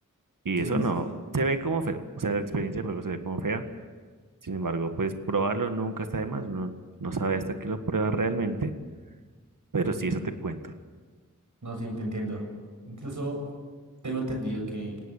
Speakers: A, on the right; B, on the right.
A: y
B: Sí,
A: eso no,
B: sí, sí.
A: se ve como feo, o sea, la experiencia de juego se ve como fea, sin embargo, pues probarlo nunca está de más, uno no sabe hasta que lo prueba realmente. Pero sí, eso te cuento.
B: No, sí, te entiendo. Incluso tengo entendido que